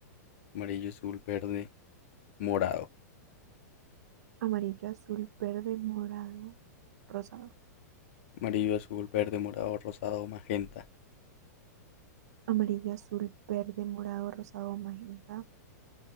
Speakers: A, on the left (about 40°); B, on the right (about 65°).
A: Amarillo, azul, verde, morado.
B: Amarillo, azul, verde, morado, rosado.
A: Amarillo, azul, verde, morado, rosado, magenta.
B: amarillo, azul, verde, morado, rosado, magenta,